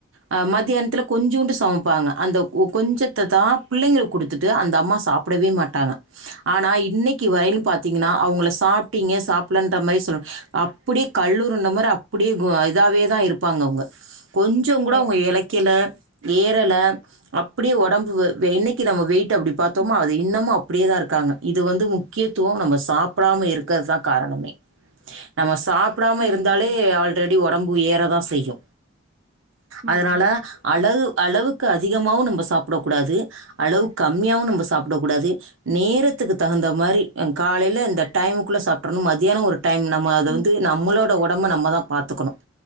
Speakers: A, on the right (about 70°); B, on the right (about 40°).
A: ஆ மத்யானத்தில கொஞ்சூண்டு சமப்பாங்க அந்த கொ கொஞ்சத்ததா பிள்ளைங்களுக்கு குடுத்துட்டு அந்த அம்மா சாப் ப்டவே மாட்டாங்க ஆனா இன்னைக்கு வரையிலு பாத்தீங்கனா அவுங்கள சாப்ட்டீங்க சாப்லன்ற மாரி சொல் அப்படி கல்லூ ர்ன மாரி அப்டியே இதாவே தா இருப்பாங்க அவங்க கொஞ்சோ கூட
B: ஓ!
A: அவங்க இலைக்கல ஏறல அப்டியே உடம்பு வே இன்னைக்கு நம்ம வெயிட் அப்டி பாத்தோம்மா
B: ம்.
A: அதே இன்னமு அப்டியேதா இருக்காங்க இது வந்து முக்கியத்துவ நம்ம சாப்டாம இருக்கிறதுதா காரணமே நம்ம சாப்டாம
B: ம், ம்,
A: இருந் து ஆல்ரெடி உடம்பு ஏற தா செய்யு
B: ம்,
A: அதனால அளகு அளவுக்கு அதிகமாவு நம்ம சாப்டக் கூடாது அளவு கம்மியாவு நம்ம சாப்டக் கூடாது நேரத்துக்கு தகுந்த மாரி காலைல இந்த டைமுக்குள்ள சாப்ட்ரனு மதியான ஒரு டைம் நம்ம அது
B: ம்,
A: வந்து நம்மளோட உடம்ப நம்ம தா பாத்துக்கணு